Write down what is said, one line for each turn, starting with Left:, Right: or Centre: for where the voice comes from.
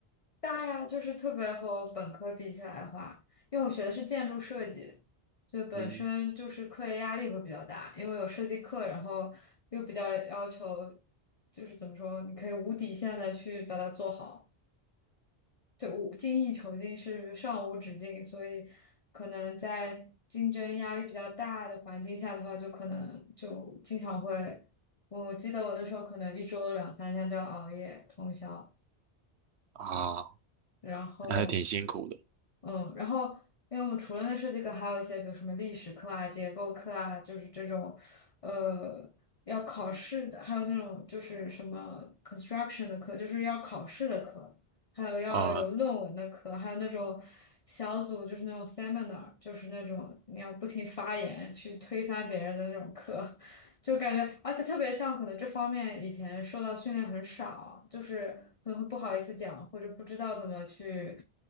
Left: 大呀，就是特别和我本科比起来的话，因为我学的是建筑设计，就本身就是课业压力会比较大，
Right: 嗯
Left: 因为有设计课，然后又比较要求，就是怎么说，你可以无底线的去把它做好，就无精益求精是上无止境，所以可能在竞争压力比较大的环境下的话，就可能就经常会，我记得我那时候可能一周两三天都要熬夜通宵。
Right: 啊，
Left: 然后
Right: 那还挺辛苦的
Left: 嗯，然后因为我们除了那设计课，还有一些比如什么历史课啊、结构课啊，就是这种呃要考试的，还有那种就是什么 construction 的课，就是要考试的课，还有要有论文的课，
Right: 啊，
Left: 还有那种小组就是那种 seminar，就是那种你要不停发言去推翻别人的那种课。就感觉，而且特别像可能这方面以前受到训练很少，就是可能会不好意思讲，或者不知道怎么去